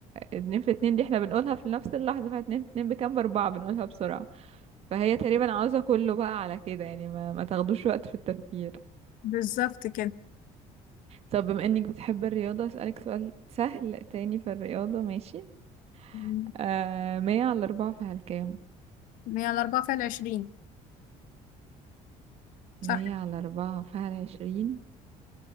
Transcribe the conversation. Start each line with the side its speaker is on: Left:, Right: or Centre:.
Right: اتنين في اتنين دي احنا بنقولها في نفس اللحظة فاتنين في اتنين بكام باربعة بنقولها بسرعة فهي تقريبا عاوزة كله بقى على كده يعني ما, ما تاخدوش وقت في التفكير
Left: بالظبط كده
Right: طب بما انك بتحب الرياضة اسألك سؤال سهل تاني في الرياضة ماشي
Left: مم.
Right: آه مية على أربعة فهل كام؟
Left: هي الأربعة فيها العشرين صح
Right: مية على أربعة فهل عشرين